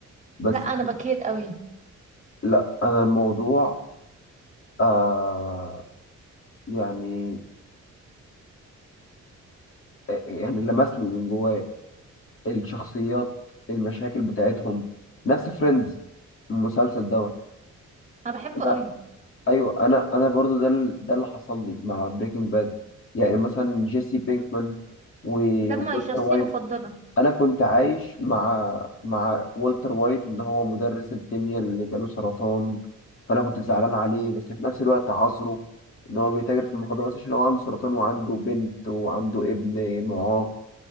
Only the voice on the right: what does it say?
لا انا بكير قوي
انا بحبه
قوي
ده
ما شخصيه
مفضله